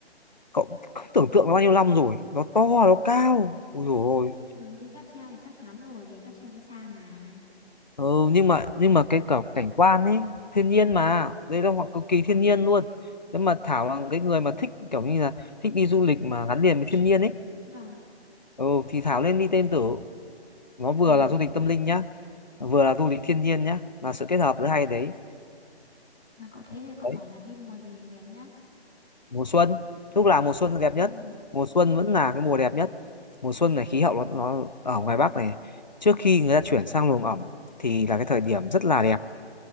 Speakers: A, on the left (about 40°); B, in the centre.
A: cậu không tưởng tượng nó bao nhiêu năm rồi nó to nó cao ui dồi
B: trên
A: ôi
B: đường đi cáp treo thì chắc chắn rồi bởi vì cáp treo đi xa mà
A: ừ, nhưng mà nhưng mà cái cả cảnh quan ấy thiên nhiên mà đây là hoặc cực kỳ thiên nhiên luôn nếu mà Thảo là cái người mà thích kiểu như là thích đi du lịch mà gắn liền với thiên nhiên ấy
B: vâng
A: ừ, thì Thảo lên đi tên tử nó vừa
B: ừ
A: là du lịch tâm linh nhá vừa là du lịch thiên nhiên nhá là sự kết hợp giữa hai đấy
B: mà cậu thế thì cậu
A: đấy
B: bảo là đi mùa gì đẹp nhất
A: mùa xuân lúc nào mùa xuân là đẹp
B: ừ
A: nhất mùa xuân vẫn là cái mùa đẹp nhất mùa xuân này khí hậu nó, nó ở ngoài Bắc này trước khi người ta chuyển sang luồng ẩm thì là cái thời điểm rất là đẹp